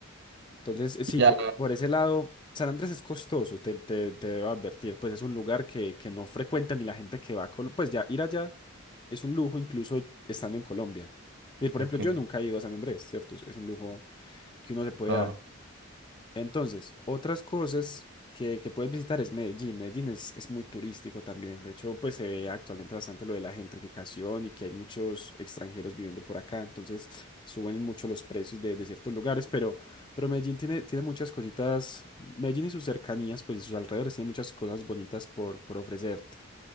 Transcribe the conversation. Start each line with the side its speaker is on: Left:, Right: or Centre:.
Left: Entonces, eh, sí,
Right: Y ya,
Left: por, por ese lado, San Andrés es costoso, te, te, te debo advertir, pues es un lugar que, que no frecuenta ni la gente que va a Colombia. Pues ya ir allá es un lujo incluso estando en Colombia. Y, por
Right: ok,
Left: ejemplo, yo nunca he ido a San Andrés, ¿cierto? Es, es un lujo que uno se puede
Right: claro.
Left: dar. Entonces, otras cosas que, que puedes visitar es Medellín. Medellín es, es muy turístico también. De hecho, pues se ve actualmente bastante lo de la gentrificación y que hay muchos extranjeros viviendo por acá. Entonces, suben mucho los precios de, de ciertos lugares, pero, pero Medellín tiene, tiene muchas cositas. Medellín y sus cercanías, pues y sus alrededores, tiene muchas cosas bonitas por, por ofrecerte.